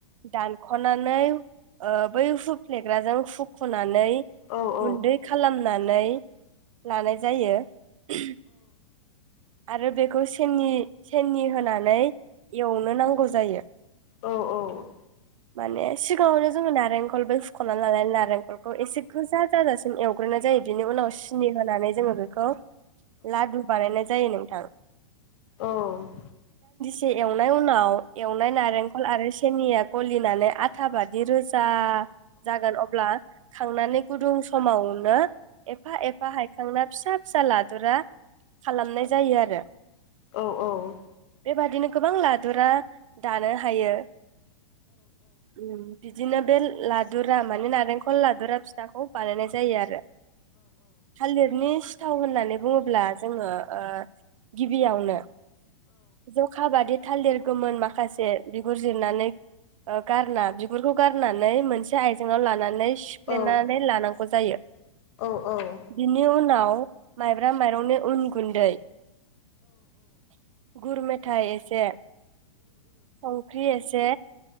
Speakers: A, on the right; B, on the left.
A: दानख'नानै ओ बै हुफ्लेग्राजों हुख खनानै
B: औ औ
A: गुन्दै खालाम नानै लानाय जायो <unintelligible> आरो बेखौ सेननि सेनि होनानै एवनो नांगौ जायो
B: औ औ ।
A: माने सिगाङावनो जोङो नारेंखलबो सुख'नानै लानानै नारेंख रखौ एसे गोजा जाजासिम एव ग्रुना जायो बिनि उनाव सिनि होनानै जोङो बेखौ लादु बानायनाय ज जायो नोंथां ।
B: औ ।
A: से एवनाय उनाव एवनाय नारेंखल आरो सेनिया ग'लिनानै आथा बादि रोजा जा जागोन अब्ला खांनानै गुदुं समावनो एफा एफा हायखांना फिसा फिसा लादुरा मोननाय जायो आरो।
B: औ औ
A: बेबादिनो गोबां लादुरा दानो हायो ओम बिदिनो बे लादुरा माने नारेंखल लादुरा फिथाखौ बानायनाय जायो आरो थालेरनि सि थाव होननानै बुङोब्ला जोङो ओ गिबियावनो जखा बादि थालेर गोमोन माखासे बिगुर जिरनानै ओ गारना बिगुरखौ गारनानै मोनसे आयजेङाव लानानै सिफ्लेनानै
B: औ
A: लानां गौ जायो
B: औ औ उम औ औ
A: बिनि उनाव माइब्रा माइरंनो उन गुन्दै गुरमे मेथाय एसे संख्रि एसे